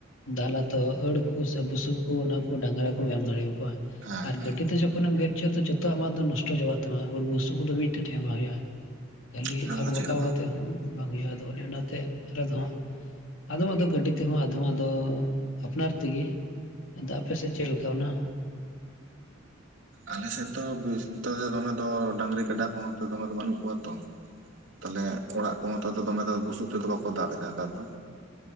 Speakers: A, on the left; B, on the right.
A: ᱫᱟᱞᱟ ᱛᱚ ᱠᱷᱚᱲ ᱠᱚ ᱥᱮ ᱵᱩᱥᱩᱵ ᱠᱚ ᱚᱱᱟ ᱠᱚ ᱰᱟᱝᱨᱟ ᱠᱚᱢ ᱮᱢ ᱫᱟᱲᱮ ᱟᱠᱚᱣᱟ,
B: ᱦᱮᱸ
A: ᱟᱨ
B: ᱦᱮᱸ
A: ᱜᱟᱹᱰᱤ ᱛᱮ ᱡᱚᱠᱷᱚᱱᱮᱢ ᱜᱮᱫ ᱡᱚᱛᱚᱣᱟᱜ ᱟᱢᱟᱜ ᱫᱚ ᱱᱚᱥᱴᱚ ᱪᱟᱵᱟᱜ ᱛᱟᱢᱟ ᱦᱩᱲ ᱵᱩᱥᱩ ᱠᱚᱫᱚ ᱢᱤᱫᱴᱮᱡ ᱴᱷᱮ ᱵᱟᱝ ᱦᱩᱭᱩᱜᱼᱟ᱾ ᱠᱷᱟᱹᱞᱤ
B: ᱚᱱᱟ
A: ᱟᱸᱠᱵᱟᱠᱟᱣ
B: ᱠᱚᱫᱚ ᱪᱮᱫ ᱵᱟᱝ
A: ᱠᱟᱛᱮ ᱦᱚᱸ ᱵᱟᱝ ᱦᱩᱭᱩᱜᱼᱟ ᱟᱫᱚ ᱚᱱᱮ ᱚᱱᱟᱛᱮ ᱟᱞᱮ ᱫᱚ ᱟᱫᱷᱚᱢ ᱟᱫᱚ ᱜᱟᱹᱰᱤ ᱛᱮᱦᱚᱸ ᱟᱫᱷᱚᱢ ᱟᱫᱚ ᱟᱯᱱᱟᱨ ᱛᱮᱜᱮ, ᱟᱫᱚ ᱟᱯᱮ ᱥᱮᱫ ᱪᱮᱫ ᱞᱮᱠᱟ ᱚᱱᱟ
B: ᱟᱞᱮᱥᱮᱫ ᱫᱚ <unintelligible> ᱫᱚᱢᱮ ᱫᱚ ᱰᱟᱹᱟᱝᱨᱤ ᱠᱟᱰᱟ ᱠᱚᱦᱚᱸ ᱫᱚᱢᱮ ᱫᱚ ᱵᱟᱹᱱᱩᱜ ᱠᱚᱣᱟ ᱛᱚ, ᱛᱟᱦᱚᱞᱮ ᱚᱲᱟᱜ ᱠᱚᱦᱚᱸ ᱛᱚ ᱫᱚᱢᱮ ᱫᱚ ᱵᱩᱥᱩᱵ ᱛᱮᱫᱚ ᱵᱟᱠᱚ ᱫᱟᱵ ᱮᱫᱟ ᱱᱮᱛᱟᱨ ᱫᱚ᱾